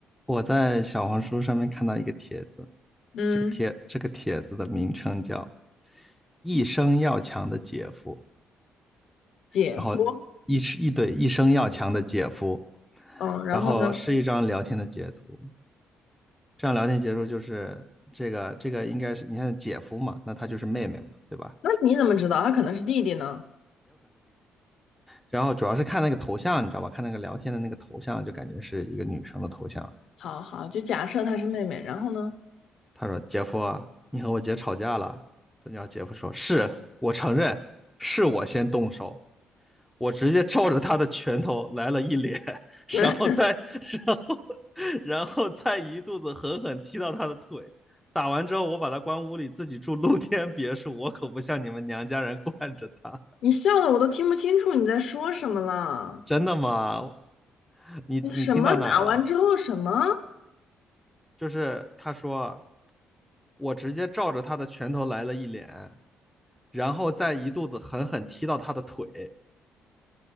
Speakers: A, in the centre; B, on the left (about 70°).
A: 我在小红书上面看到一个帖子，
B: 嗯，
A: 这个帖这个帖子的名称叫“一生要强的姐夫”，
B: 姐夫，
A: 然后一是一对“一生要强的姐夫”，
B: 嗯，然后呢？
A: 然后是一张聊天的截图。这张聊天截图就是这个这个应该是你看姐夫嘛，那他就是妹妹嘛，对吧？
B: 那你怎么知道他可能是弟弟呢？
A: 然后主要是看那个头像，你知道吧？看那个聊天的那个头像，就感觉是一个女生的头像。
B: 好好，就假设他是妹妹，然后呢？
A: 他说：“姐夫啊，你和我姐吵架了。”然后姐夫说：“是我承认，是我先动手，我直接照着他的拳头来了一脸，
B: <laughs>
A: 然后再，然后，然后再一肚子狠狠踢到他的腿。打完之后，我把他关屋里，自己住露天别墅，我可不像你们娘家人惯着他。
B: 你笑的我都听不清楚你在说什么了。
A: <laughs> 真的吗？你你听到哪了？
B: 你什么打完之后什么？
A: 就是他说，我直接照着他的拳头来了一脸。”然后再一肚子狠狠踢到他的腿。